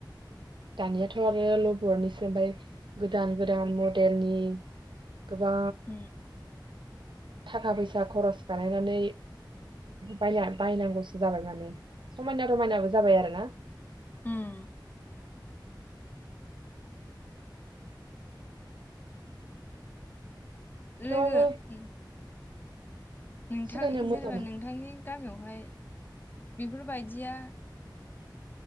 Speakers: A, on the right; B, on the left.
A: दानियाथ आरो लबरनिसो ओमफ्राय गोदान गोदान मडेलनि गोबां
B: उम
A: थाखा फैसा खरस बानायनानै बायना बायनांगौसो जाबाय माने समायना रमायनाबो जाबाय आरो ना।
B: उम
A: थेवबाबो
B: लोगो उम नोंथां
A: सिगांनिया
B: जेनेबा
A: मोजांमोन
B: नोंथांनि गामियावहाय बेफोरबायदिया